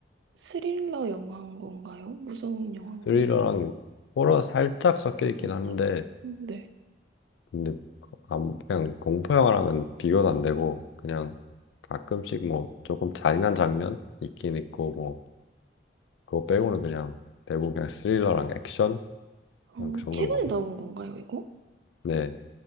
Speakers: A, on the right (about 75°); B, on the left (about 85°).
A: 스릴러 영화인 건가요? 무서운 영화인
B: 스릴러랑
A: 건가요?
B: 호러 살짝 섞여 있긴
A: 살짝.
B: 한데
A: 음, 네.
B: 근데 아무- 그냥 공포 영화랑은 비교도 안 되고 그냥 가끔씩 뭐 조금 잔인한 장면 있긴 있고 뭐 그거 빼고는 그냥 대부분 그냥 스릴러랑 액션
A: 어,
B: 그냥 그 정도로
A: 최근에
B: 보면
A: 나온
B: 돼요.
A: 건가요, 이거?
B: 네,